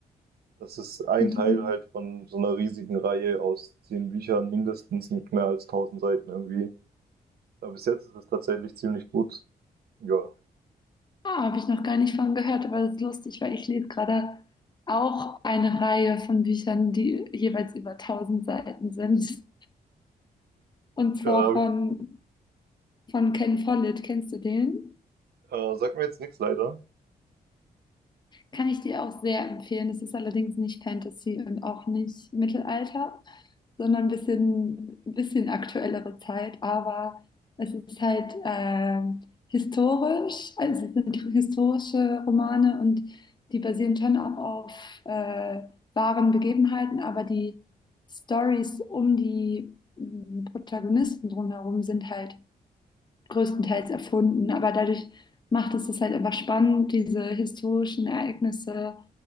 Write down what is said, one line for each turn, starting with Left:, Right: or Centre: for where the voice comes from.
Right: Das ist ein
Left: mhm.
Right: Teil halt von so einer riesigen Reihe aus zehn Büchern mindestens mit mehr als tausend Seiten irgendwie. Aber bis jetzt ist es tatsächlich ziemlich gut. Ja,
Left: Ah, habe ich noch gar nicht von gehört, aber das ist lustig, weil ich lese gerade auch eine Reihe von Büchern, die jeweils über tausend Seiten sind. Und zwar
Right: äh, hab
Left: von,
Right: ich,
Left: von Ken Follett. Kennst du den?
Right: äh, sagt mir jetzt nichts leider.
Left: Kann ich dir auch sehr empfehlen. Es ist allerdings nicht Fantasy und auch nicht Mittelalter, sondern ein bisschen, ein bisschen aktuellere Zeit. Aber es ist halt ähm, historisch, also es sind historische Romane und die basieren schon auch auf äh, wahren Begebenheiten, aber die Stories um die m, Protagonisten drumherum sind halt größtenteils erfunden. Aber dadurch macht es das halt einfach spannend, diese historischen Ereignisse